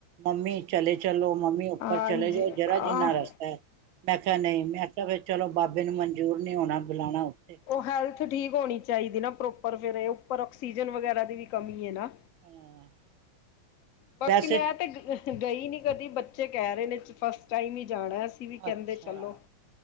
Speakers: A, on the right; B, on the left.
A: ਮੰਮੀ ਚਲੇ ਚਲੋ ਮੰਮੀ ਉੱਪਰ
B: ਹਾਂਜੀ
A: ਚਲੇ ਜਾਓ ਜਰਾ
B: ਆਹ
A: ਜਿੰਨਾ ਰਸਤਾ ਹੈ ਮੈਂ ਕਿਹਾਿਆ ਨਹੀਂ ਮੈਂਿਆ ਚਲੋ ਬਾਬੇ ਨੂੰ ਮਨਜੂਰ ਨੀ ਹੋਣਾ ਬੁਲਾਉਣਾ ਉੱਥੇ <unintelligible>
B: ਉਹ ਹੈਲਥ ਠੀਕ ਹੋਣੀ ਚਾਹੀਦੀ ਨਾ ਪ੍ਰੋਪਰ ਫੇਰ ਇਹ ਉੱਪਰ ਆਕਸੀਜਨ ਵਗੈਰਾ ਦੀ ਵੀ ਕਮੀ ਹੈ ਨਾ
A: ਹਾਂ,
B: ਬਾਕੀ
A: ਵੈਸੇ
B: ਮੈਂ ਤੇ ਗਈ ਨੀ ਕਦੀ ਬੱਚੇ ਕਹਿ ਰਹੇ ਨੇ ਫਸਟ ਟਾਈਮ ਹੀ ਜਾਣਾ ਤੁਸੀ ਵੀ ਕਹਿੰਦੇ
A: ਅੱਛਾ
B: ਚਲੋ